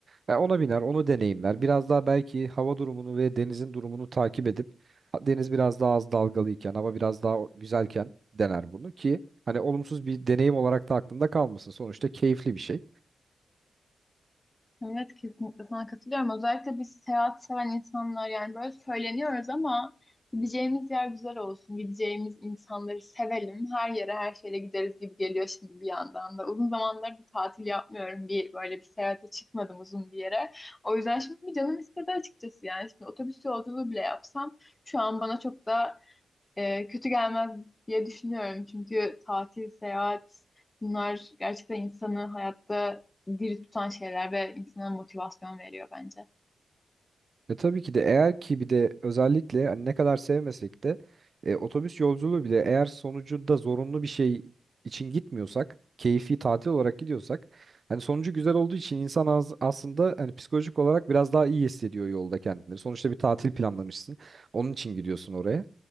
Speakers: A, on the right; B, on the left.
A: Ya ona biner, onu deneyimler. Biraz daha belki hava durumunu ve denizin durumunu takip edip ha, deniz biraz daha az dalgalıyken, hava biraz daha güzelken dener bunu ki hani olumsuz bir deneyim olarak da aklında kalmasın. Sonuçta keyifli bir şey.
B: Evet kesinlikle sana katılıyorum. Özellikle biz seyahat seven insanlar yani böyle söyleniyoruz ama gideceğimiz yer güzel olsun. Gideceğimiz insanları sevelim. Her yere her şeyle gideriz gibi geliyor şimdi bir yandan da. Uzun zamanlar bir tatil yapmıyorum. Bir, böyle bir seyahate çıkmadım uzun bir yere. O yüzden şimdi bir canım istedi açıkçası yani. Şimdi otobüs yolculuğu bile yapsam şu an bana çok da e, kötü gelmez diye düşünüyorum. Çünkü tatil, seyahat bunlar gerçekten insanı hayatta diri tutan şeyler ve insana motivasyon veriyor bence. <laughs>
A: E tabii ki de eğer ki bir de özellikle hani ne kadar sevmesek de e, otobüs yolculuğu bile eğer sonucunda zorunlu bir şey için gitmiyorsak, keyfi tatil olarak gidiyorsak hani sonucu güzel olduğu için insan az, aslında hani psikolojik olarak biraz daha iyi hissediyor yolda kendini. Sonuçta bir tatil planlamışsın. Onun için gidiyorsun oraya.